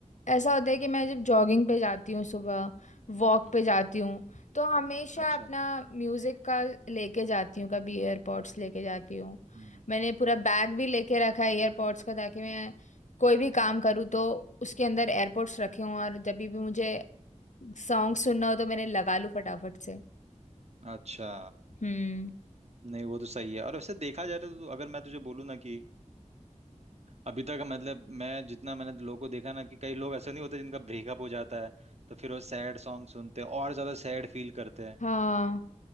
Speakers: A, on the left; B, on the right.
A: ऐसा होता है कि मैं जब जॉगिंग पे जाती हूँ सुबह वॉक
B: हम्म
A: पे जाती हूँ तो हमेशा
B: अच्छा
A: अपना म्यूजिक का लेके जाती हूँ कभी एयरपॉड्स लेके जाती हूँ
B: हम्म
A: मैंने पूरा बैग भी लेके रखा है एयरपॉड्स का ताकि मैं कोई भी काम करूँ तो उसके अंदर एयरपॉड्स रखे हों और जब भी भी मुझे सॉन्ग सुनना हो तो मैंने लगा लूँ फटाफट से
B: अच्छा
A: हम्म
B: नहीं वो तो सही है और वैसे देखा जाए तो तो अगर मैं तुझे बोलूँ ना कि अभी तक मतलब मैं जितना मैंने लोगों को देखा ना कि कई लोग ऐसे नहीं होते जिनका ब्रेकअप हो जाता है तो फिर वो सैड सॉन्ग सुनते हैं और ज्यादा सैड फील करते हैं
A: हाँ